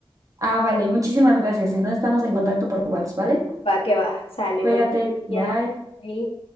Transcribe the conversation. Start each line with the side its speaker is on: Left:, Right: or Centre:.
Right: Ah, vale, muchísimas gracias. Entonces estamos en contacto por WhatsApp, ¿vale?
Left: Va que va, sale,
Right: Cuídate,
Left: bonito
Right: bye.
Left: día. Ahí.